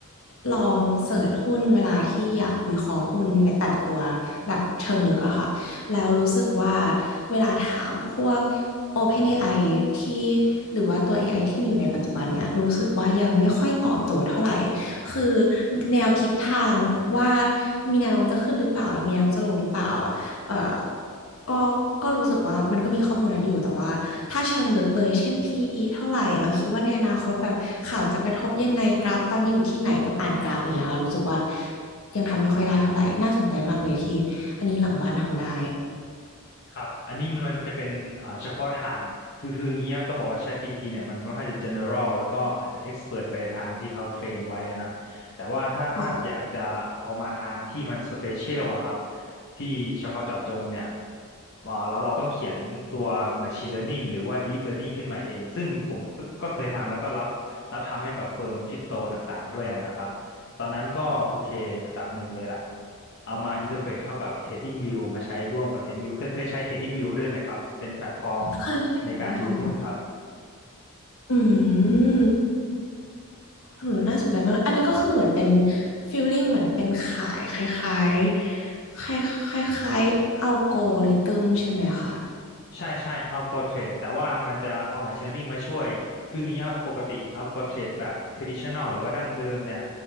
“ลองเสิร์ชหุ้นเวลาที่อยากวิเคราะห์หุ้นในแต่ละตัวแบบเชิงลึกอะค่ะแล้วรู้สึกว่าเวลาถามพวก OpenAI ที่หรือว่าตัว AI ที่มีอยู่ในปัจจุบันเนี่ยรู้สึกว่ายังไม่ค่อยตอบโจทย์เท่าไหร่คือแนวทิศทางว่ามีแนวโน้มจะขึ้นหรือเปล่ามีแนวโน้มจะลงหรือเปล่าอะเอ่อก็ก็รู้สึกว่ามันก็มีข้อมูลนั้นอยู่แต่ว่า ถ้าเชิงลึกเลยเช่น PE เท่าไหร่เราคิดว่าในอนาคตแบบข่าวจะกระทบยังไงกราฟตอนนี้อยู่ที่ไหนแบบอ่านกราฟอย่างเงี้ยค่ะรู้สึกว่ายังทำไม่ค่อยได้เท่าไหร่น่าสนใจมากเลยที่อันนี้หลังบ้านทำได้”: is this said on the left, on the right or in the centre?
Left